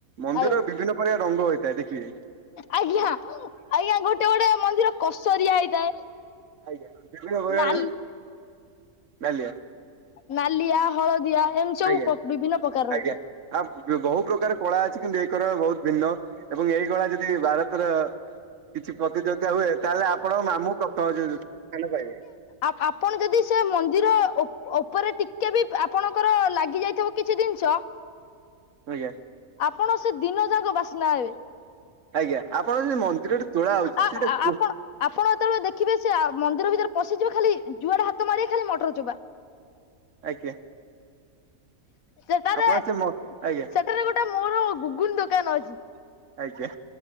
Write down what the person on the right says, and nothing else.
ମନ୍ଦିର
ବିଭିନ୍ନ ପ୍ରକାର ରଙ୍ଗ ହୋଇଥାଏ ଦେଖିବେ।
ଆଜ୍ଞା ବିଭିନ୍ନ ପ୍ରକାରେ
ନାଲିଆ।
ଆଜ୍ଞା
ଆଜ୍ଞା ଆପ ଯୋଉ ବହୁ ପ୍ରକାର କଳା ଅଛି କିନ୍ତୁ ଏଇ କଳା ବହୁତ ଭିନ୍ନ ଏବଂ ଏଇ କଳା ଯଦି ଭାରତର। କିଛି ପ୍ରତି ଯୋଗିତା ହୁଏ ତାହେଲେ ଆପଣ ମାମୁଁ ପ୍ରଥ ଯ ଯୋଉ ସ୍ଥାନ ପାଇବେ।
ଆଜ୍ଞା।
ଆଜ୍ଞା ଆପଣର ସେ ଯୋଉ ମନ୍ଦିର ଟି ତୋଳା ହଉଛି
ସେଇଟା କ
ଆଜ୍ଞା
ଆପଣ ସେ ମ ଆଜ୍ଞା
ଆଜ୍ଞା